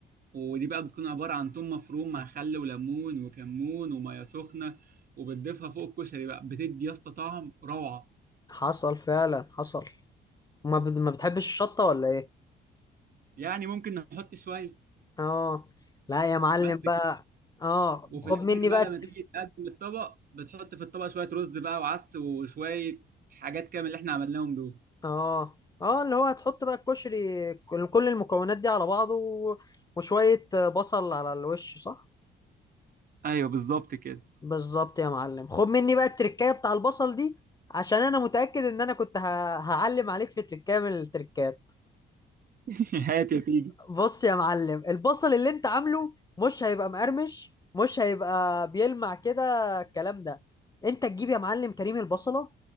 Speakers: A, on the right; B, on the left.
A: ودي بقى بتكون عبارة عن توم مفروم مع خل وليمون وكمون ومية سخنة وبتضيفها فوق الكشري بقى بتدي يا اسطى طعم روعة
B: حصل فعلا حصل ما, بت... ما بتحبش الشطة ولا ايه
A: يعني ممكن نحط شوية
B: اه لا يا معلم
A: بس
B: بقى اه
A: وفي
B: خد
A: الاخر
B: مني بقى
A: بقى
B: التر-
A: لما تيجي تقدم الطبق بتحط في الطبق شويه رز بقى وعدس وشويه حاجات كده من اللي احنا عملناهم دول
B: اه اه اللي هو هتحط بقى الكشري كل كل المكونات دي على بعضه و- وشوية بصل على الوش صح
A: ايوه بالظبط كده
B: بالظبط يا معلم خد مني بقى التركاية بتاع البصل دي عشان انا متأكد ان انا كنت ه... هعلم عليك في تركاية من التركات
A: <laughs> هات يا سيدي
B: بص يا معلم البصل اللي انت عامله مش هيبقى مقرمش مش هيبقى بيلمع كده الكلام ده انت تجيب يا معلم كريم البصلة